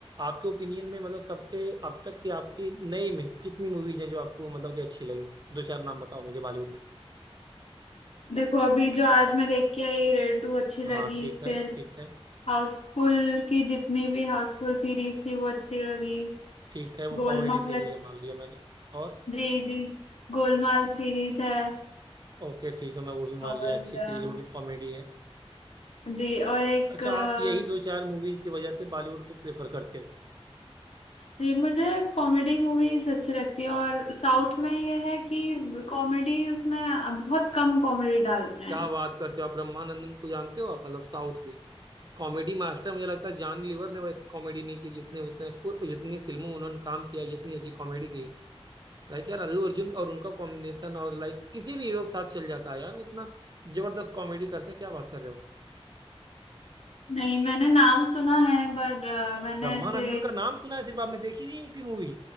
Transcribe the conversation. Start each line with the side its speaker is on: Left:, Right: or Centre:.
Right: आपके ओपिनियन में मतलब सबसे अब तक की आपकी नई में कितनी मूवीज हैं जो आपको मतलब कि अच्छी लगी दो चार नाम बताओ मुझे बॉलीवुड में
Left: देखो अभी जो आज मैं देख के आई रेड टू अच्छी
Right: हाँ
Left: लगी
Right: ठीक है
Left: फिर
Right: ठीक है
Left: हाउसफुल की जितनी भी हाउसफुल सीरीज थी वो अच्छी लगी
Right: ठीक है वो
Left: गोलमाल
Right: कॉमेडी सीरीज
Left: अच्छी-
Right: है मान लिया मैंने और
Left: जी जी गोलमाल सीरीज है
Right: ओके ठीक है मैं वो भी मान
Left: और
Right: लिया अच्छी सीरीज है वो भी कॉमेडी है
Left: जी और एक
Right: अच्छा
Left: अ,
Right: आप यही दो चार मूवीज की वजह से बॉलीवुड को प्रेफर करते हो
Left: जी मुझे कॉमेडी मूवीज अच्छी लगती है और साउथ में ये है कि कॉमेडी उसमें बहुत कम कॉमेडी डालते हैं
Right: क्या बात करते हो आप ब्रह्मानंदन को जानते हो आप मतलब साउथ में कॉमेडी मास्टर मुझे लगता है जॉन लीवर ने वैसी कॉमेडी नहीं की जिसने उसने उ- जितनी फिल्मों में उन्होंने काम किया है, जितनी अच्छी कॉमेडी की है लाइक यार अल्लू अर्जुन और उनका कॉम्बिनेशन और लाइक किसी भी हीरो के साथ चल जाता है यार वो इतना जबरदस्त कॉमेडी करते हैं क्या बात कर रहे हो
Left: नहीं मैंने नाम सुना है बट मैंने
Right: ब्रह्मानंदन
Left: ऐसे
Right: का नाम सुना है सिर्फ आपने देखी नहीं उसकी मूवी